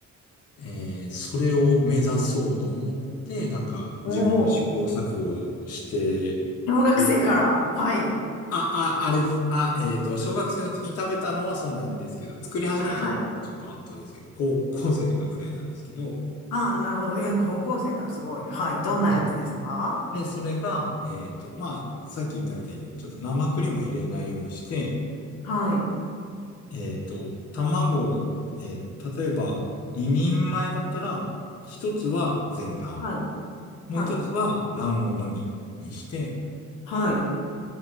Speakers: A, on the left; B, on the left.
A: えーそれを目指そうと思って、なんか自分で試行錯誤してる
B: おー、小学生から。はい。
A: あ、あ、あれ、あ、えっと、小学生の時に食べたのはそうなんですけど、作り始めたのはちょっと後ですけど、
B: はい。
A: 高校生とかぐらいなんですけど、
B: あー、なるほど。えー、高校生からすごい。はい。どんなやつですか
A: はいで、それが、えっと、まあ、さっき言ったみたいに、ちょっと生クリームを入れないようにして、
B: はい。
A: えっと、卵を、えー例えば、2人前だったら、一つは全卵、
B: はい。
A: もう一つは卵黄のみにして、
B: はい。はい。